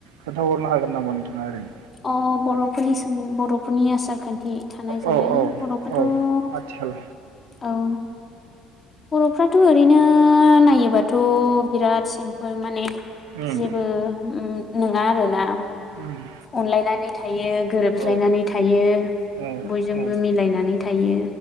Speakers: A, on the right; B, on the left.
A: खोन्थाहरनो हागोन नामा नोंथाङा ओरैनो?
B: अ बर'फोरनि सोमोन बर'फोरनि आसार खान बिदि थानाय
A: औ
B: जानाय बर'फ्राथ'
A: औ
B: औ।
A: औ आथिखाल
B: बर'फ्राथ' ओरैनो नायोबाथ' बिराद सिमपोल माने
A: उम
B: जेबो उम नङा आरोना।
A: उम
B: अनलायनानै थायो गोरोबज्लायनानै
A: औ
B: थायो
A: औ
B: बयजोंबो
A: औ
B: मिलायनानै थायो